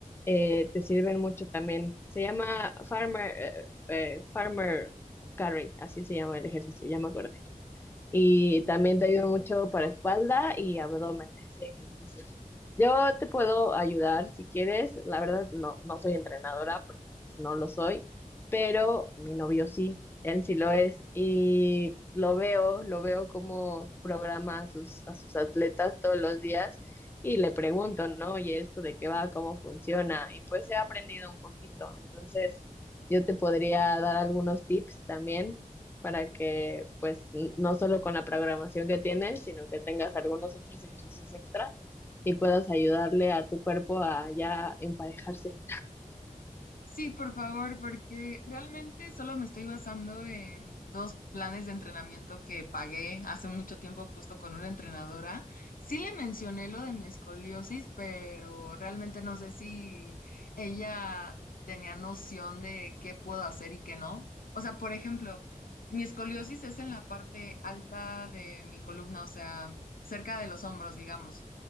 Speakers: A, on the left (about 15°); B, on the left (about 80°).
A: eh, te sirven mucho también. Se llama Farmer, eh, eh, Farmer Carry, así se llama el ejercicio, ya me acordé. Y también te ayuda mucho para espalda y abdomen, ese ejercicio. Yo te puedo ayudar si quieres. La verdad, no, no soy entrenadora porque pues, no lo soy, pero mi novio sí, él sí lo es. Y lo veo, lo veo cómo programa a sus, a sus atletas todos los días y le pregunto, ¿no? Oye, ¿esto de qué va? ¿Cómo funciona? Y pues he aprendido un poquito. Entonces, yo te podría dar algunos tips también para que pues n- no solo con la programación que tienes, sino que tengas algunos otros ejercicios extra y puedas ayudarle a tu cuerpo a ya emparejarse.
B: Sí, por favor, porque realmente solo me estoy basando en dos planes de entrenamiento que pagué hace mucho tiempo justo con una entrenadora. Sí le mencioné lo de mi escoliosis, pero realmente no sé si ella tenía noción de qué puedo hacer y qué no. O sea, por ejemplo, mi escoliosis es en la parte alta de mi columna, o sea, cerca de los hombros, digamos.